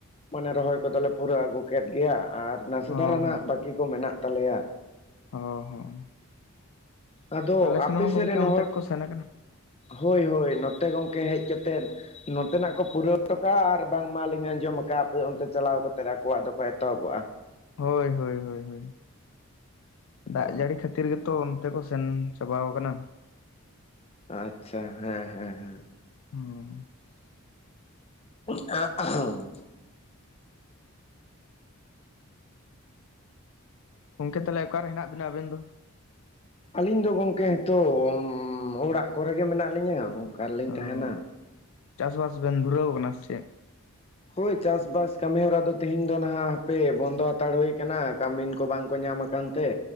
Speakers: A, on the left; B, on the left.
A: ᱢᱟᱱᱮ ᱨᱚᱦᱚᱭ ᱠᱚᱫᱚᱞᱮ ᱯᱩᱨᱟᱹᱣ ᱟᱹᱜᱩ ᱠᱮᱫ ᱜᱮᱭᱟ ᱟᱨ᱾ ᱱᱟᱥᱮ
B: ᱦᱚᱸ
A: ᱫᱷᱟᱨᱟ ᱱᱟᱜ ᱵᱟᱹᱠᱤ ᱠᱚ ᱢᱮᱱᱟᱜ ᱛᱟᱞᱮᱭᱟ
B: ᱚ ᱦᱚᱸ
A: ᱟᱫᱚ
B: ᱟᱞᱮ ᱥᱮᱱ
A: ᱟᱯᱮ
B: ᱦᱚᱸ ᱜᱚᱝᱠᱮ
A: ᱥᱮᱫ ᱨᱮᱱ
B: ᱚᱱᱛᱮ
A: ᱦᱚᱲ,
B: ᱠᱚ ᱥᱮᱱ ᱟᱠᱟᱱᱟ
A: ᱦᱳᱭ ᱦᱳᱭ ᱱᱚᱛᱮ ᱜᱚᱢᱠᱮ ᱦᱮᱡ ᱠᱟᱛᱮᱫ᱾ ᱱᱚᱛᱮᱱᱟᱜ ᱠᱚ ᱯᱩᱨᱟᱹᱣ ᱦᱚᱴᱚ ᱠᱟᱜᱼᱟ, ᱟᱨ ᱵᱟᱝ ᱢᱟᱞᱤᱧ ᱟᱸᱡᱚᱢ ᱠᱟᱫᱼᱟ ᱟᱯᱮ, ᱚᱱᱛᱮ ᱪᱟᱞᱟᱣ ᱠᱟᱛᱮᱫ ᱟᱠᱚᱣᱟᱜ ᱫᱚᱠᱚ ᱮᱛᱚᱦᱚᱵᱚᱜᱼᱟ
B: ᱦᱳᱭ ᱦᱳᱭ ᱦᱳᱭ ᱫᱟᱜ
A: ᱚ
B: ᱡᱟᱹᱲᱤ ᱠᱷᱟᱹᱛᱤᱨ ᱠᱷᱟᱹᱛᱤᱨ ᱜᱮᱛᱚ ᱚᱱᱛᱮ ᱠᱚ ᱥᱮᱱ ᱪᱟᱵᱟᱣ ᱠᱟᱱᱟ᱾
A: ᱟᱪᱪᱷᱟ ᱦᱮᱸ ᱦᱮᱸ ᱦᱮᱸ᱾
B: ᱦᱚᱸ
A: <unintelligible>
B: ᱜᱚᱝᱠᱮ ᱛᱟᱦᱞᱮ ᱚᱠᱟᱨᱮ ᱦᱮᱱᱟᱜ ᱵᱤᱱᱟ ᱟᱵᱤᱱ ᱫᱚ᱾
A: ᱟᱹᱞᱤᱧ ᱫᱚ ᱜᱚᱝᱠᱮ ᱱᱤᱛᱚᱜ ᱚᱲᱟᱜ ᱠᱚᱨᱮᱜ ᱜᱮ ᱢᱮᱱᱟᱜ ᱞᱤᱧᱟᱹ ᱚᱠᱟ ᱨᱮᱞᱤᱧ
B: ᱚ
A: ᱛᱟᱸᱦᱮᱱᱟ᱾
B: ᱪᱟᱥᱵᱟᱥ ᱵᱮᱱ ᱫᱷᱩᱨᱟᱹᱣ ᱟᱠᱟᱱᱟ ᱥᱮ ᱪᱮᱫ᱾
A: ᱦᱳᱭ ᱪᱟᱥᱵᱟᱥ ᱠᱟᱹᱢᱤ ᱦᱚᱨᱟ ᱫᱚ ᱛᱮᱦᱮᱧ ᱫᱚ ᱱᱟᱸᱜ ᱦᱟᱯᱮ ᱵᱚᱱᱫᱚ ᱦᱟᱛᱟᱲ ᱦᱩᱭ ᱠᱟᱱᱟ ᱠᱟᱹᱢᱤᱱ ᱠᱚ ᱵᱟᱝᱠᱚ ᱧᱟᱢ ᱾ ᱠᱟᱱᱛᱮ